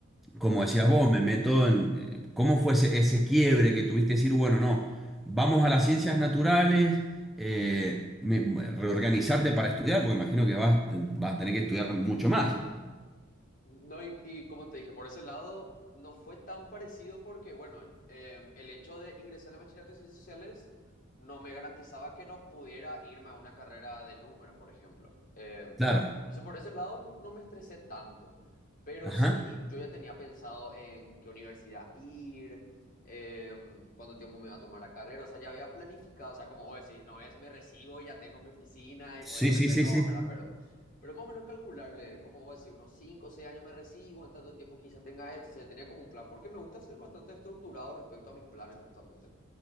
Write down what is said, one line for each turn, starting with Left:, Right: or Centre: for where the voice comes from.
Centre: como decías vos, me meto en cómo fue ese, ese quiebre que tuviste decir, bueno, no, vamos a las ciencias naturales, eh, me- reorganizarte para estudiar, porque imagino que vas, vas a tener que estudiar mucho más.
Left: No, y, y como te dije, por ese lado no fue tan parecido porque, bueno, eh, el hecho de ingresar en bachillerato de ciencias sociales no me garantizaba que no pudiera irme a una carrera de números, por ejemplo. Eh,
Centre: Claro.
Left: entonces, por ese lado no, no me estresé tanto, pero
Centre: Ajá.
Left: sí yo ya tenía pensado en qué universidad ir, eh, cuánto tiempo me iba a tomar la carrera, o sea, ya había planificado, o sea, como vos decís, no es me recibo y ya tengo mi oficina,
Centre: Sí,
Left: y obviamente
Centre: sí, sí,
Left: no,
Centre: sí.
Left: ¿verdad? Pero pero más o menos calcularle, como vos decís, unos 5 o 6 años me recibo, en tanto tiempo quizá tenga esto. O sea, yo tenía como un plan, porque me gusta ser bastante estructurado respecto a mis planes, justamente.